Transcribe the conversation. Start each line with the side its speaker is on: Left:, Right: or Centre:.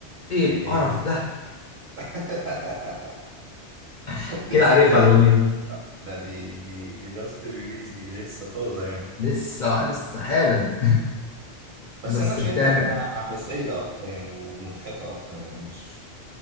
Left: ايه القرف
Right: ايه هي بقى
Left: ده
Right: <laughs>
Left: <laughs>
Right: بس
Left: كده عارفها
Right: ده
Left: الاغنيه دي
Right: لا دي دي دي لاست ريليز دي لسه طازة يعني
Left: لسه آه، لسه حالا
Right: بس
Left: <laughs> بس
Right: انا شايفها
Left: بتعمل
Right: اغنية عبثية اكتر يعني ومضحكة اكتر يعني مش